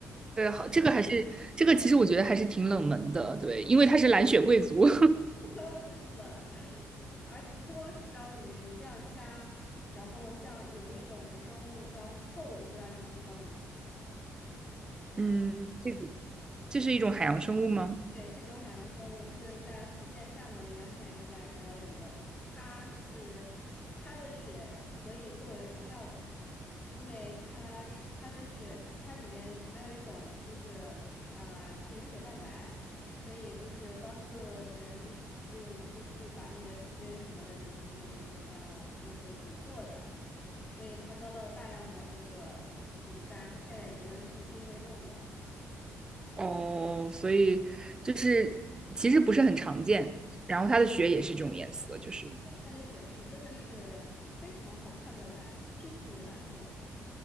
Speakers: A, on the right (about 15°); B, on the left (about 25°).
A: 对，好，这个还是这个，其实我觉得还是挺冷门的。对，因为它是蓝血贵族。<laughs>
B: <laughs> 是的，而且不光是章鱼，你像虾，然后像有一种生物叫后，我不知道你知道吗？
A: 嗯，这个这是一种海洋生物吗？
B: 对，是一种海洋生物，是在福建厦门沿海地带比较有的。它是，它的血可以作为中药材，因为它是它的血，它里面含有一种就是啊、就凝血蛋白，是可以就是帮助人就就去把那个细菌什么的凝那个凝呃就是捕获的，所以它遭到大量的那个捕杀，现在已经是濒危动物了。
A: 哦，所以就是其实不是很常见。然后它的血也是这种颜色，就是
B: 对，它的雪是真的是非常好看的蓝，蒂芙尼蓝色。